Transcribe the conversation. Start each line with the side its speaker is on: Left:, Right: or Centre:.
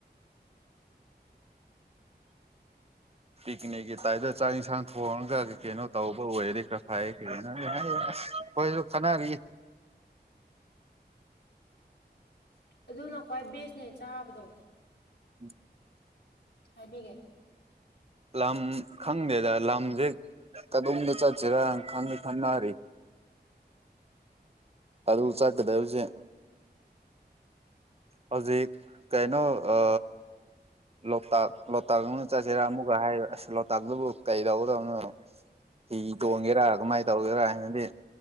Right: ꯄꯤꯛꯅꯤꯛꯀꯤ ꯇꯥꯏꯞꯇ ꯆꯥꯛ ꯌꯦꯟꯁꯥꯡ ꯊꯣꯡꯉꯒ ꯀꯩꯅꯣ ꯇꯧꯕ ꯑꯣꯏꯔꯗꯤ ꯐꯩ ꯑꯩꯈꯣꯁꯨ ꯈꯟꯅꯥꯔꯤ
Left: ꯑꯗꯨꯅ ꯈ꯭ꯋꯥꯏ ꯕꯦꯁꯅꯦ ꯆꯥꯕꯗꯣ
Right: ꯎꯝ
Left: ꯍꯥꯏꯕꯤꯒꯦ
Right: ꯂꯝ ꯈꯪꯗꯦꯗ ꯂꯝꯁꯦ ꯀꯗꯣꯝꯗ ꯆꯠꯁꯤꯔ ꯈꯥꯟꯗꯤ ꯈꯟꯅꯔꯤ ꯑꯗꯨ ꯆꯠꯀꯗꯕꯁꯦ ꯍꯧꯖꯤꯛ ꯀꯩꯅꯣ ꯑ ꯂꯣꯛꯇꯥꯛ ꯂꯣꯛꯇꯥꯛꯅ ꯆꯥꯠꯁꯤꯔꯥ ꯑꯃꯨꯛꯀ ꯍꯥꯏ ꯑꯁ ꯂꯣꯛꯇꯥꯛꯇꯕꯨ ꯀꯩꯗꯧꯗꯧꯅꯣ ꯐꯤ ꯇꯣꯡꯒꯦꯔꯥ ꯀꯃꯥꯏꯅ ꯇꯧꯒꯦꯔꯥ ꯍꯥꯏꯅꯗꯤ